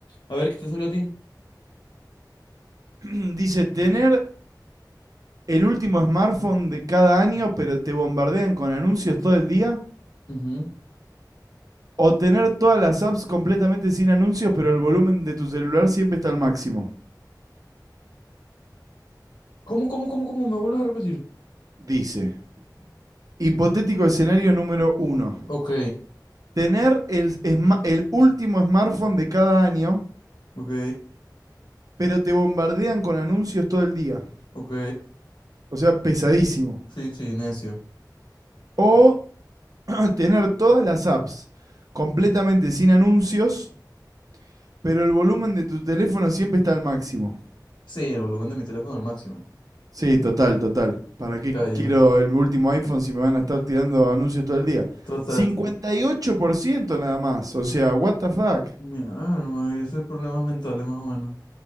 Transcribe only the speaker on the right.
<clears throat> <coughs> Dice, tener el último smartphone de cada año, pero te bombardean con anuncios todo el día.
O tener todas las apps completamente sin anuncios, pero el volumen de tu celular siempre está al máximo.
Dice. Hipotético escenario número uno.
Tener el, el último smartphone de cada año,
pero te bombardean con anuncios todo el día.
O sea, pesadísimo.
O <clears throat> <coughs> tener todas las apps completamente sin anuncios, pero el volumen de tu teléfono siempre está al máximo.
Sí, total, total. ¿Para qué
quiero el último iPhone si me van a estar tirando anuncios todo el día?
58% nada más. O sea, what the fuck.